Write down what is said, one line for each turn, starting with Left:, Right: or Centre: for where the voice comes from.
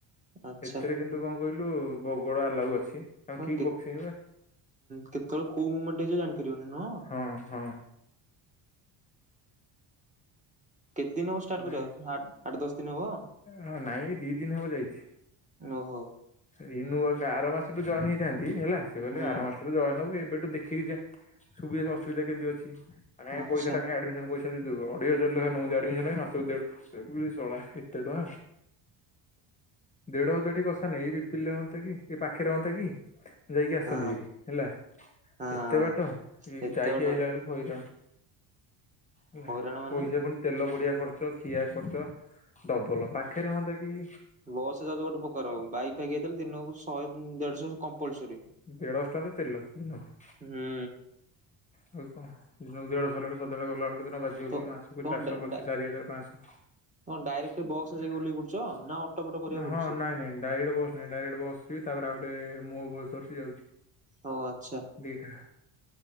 Right: ଆଚ୍ଛା
Left: ଏଥିରେ କିନ୍ତୁ ତୁ କଣ କହିଲୁ ବଗଡ ଆଲଓ ଅଛି। କାରଣ
Right: ହଁ
Left: କିକ୍
Right: କେ
Left: ବକ୍ସିଂରେ
Right: କେତେବେଳେ କୋଉ ମୁମେଣ୍ଟ ହେଇ ଜାଣିପାରିବନି ନୁହଁ।
Left: ହଁ ହଁ।
Right: କେତେ ଦିନ ହବ
Left: ସେଥିପାଇଁ
Right: ଷ୍ଟାର୍ଟ କରିବା ଆଠ ଦଶ ଦିନ ହବ?
Left: ହଁ ନାଇଁ ଏଇ ଦି ଦିନ ହବ ଯାଇଛି।
Right: ଓହୋ।
Left: ଏଇ ନୂଆ ଆର ମାସଠୁ ଜଏନ୍ ହେଇଥାନ୍ତି ହେଲା ସେଏ କଲେ
Right: ହୁଁ
Left: ଆର ମାସୁ ଜଏନ ହବୁ ଏବେଠୁ ଦେଖିକି ଯା। ସୁବିଧା ଅସୁବିଧା କେମିତି ଅଛି କାଇଁ
Right: ଆଚ୍ଛା
Left: ପଇସାଟା ଆଡି ମସନ ପଇସା। ସେ ଅଢେଇ ହଜାର ଲେଖା ନଉ ଆଡମିନ ପାଇଁ ମାସକୁ ଶଳା ଏତେ ଟଙ୍କା ଦେଢ ହଜାର ଟିକ କଷା ନାଇ ଏଇ ହନ୍ତା କି ପାଖରେ ହୁଅନ୍ତା କି ଯାଇକି ଆସନ୍ତି
Right: ହଁ
Left: ହେରି ହେଲା
Right: ହଁ
Left: ଏତେ ବାଟ
Right: ଏତେ
Left: ଯାଇକି
Right: ବାଟ
Left: ଆଇଲା ବେଳକୁ ହଇରାଣ। ହେଲା
Right: ହଇରାଣ ମାନେ
Left: ପଇସା ପୁଣି ତେଲ ପଡ଼ିଆ ଖର୍ଚ୍ଚ ଖିଆ ଖର୍ଚ୍ଚ ଡବଲ ପାଖରେ ହଅନ୍ତାକି
Right: ବସ୍ ଯାଉ ଗୋଟେ ପ୍ରକାର ଆଉ ବାଇକ୍ ଫାଇକ ଯଇଥିଲେ ଦିନକୁ ଶହେ ଦେଢ ଶହ କମ୍ପଲସରି
Left: ଦେଢଶ ଟଙ୍କା ତ ତେଲ ଦିନକୁ।
Right: ହୁଁ
Left: ଆଉ କଣ ଦିନକୁ ଦୁିଟ ସିଲ ବଳେ ସଦାବେଳେ ଗଲାବେଳେ ଆଣ ବାଜିବକୁ
Right: ତ
Left: କିଲୁ ମାସକୁ
Right: ତମ
Left: ଚାରିଶହ
Right: ଡା
Left: ପଚିଶ
Right: ଡା
Left: ଚାରି ହଜାର ପାଞ୍ଚଶହ।
Right: ତମ ଡାଇରେକ୍ଟ ବସରେ ଯାଇକି ଓହ୍ଲେଇ ପଡୁଛ? ନା ଅଟୋ ଫଟୋ କରିବାକୁ ପଡୁଛି
Left: ହଁ ନାଇଁ ନାଇଁ ଡାଇରେଟ ବସ ନା ଡାଇରେକ୍ଟ ବସ ଯିବି ତାପରେ ଆଉ ଟେ ମୁ ବସ୍ ଧରିକି ଯାଉଚି।
Right: ହଉ ଆଚ୍ଛା।
Left: ଦିଟା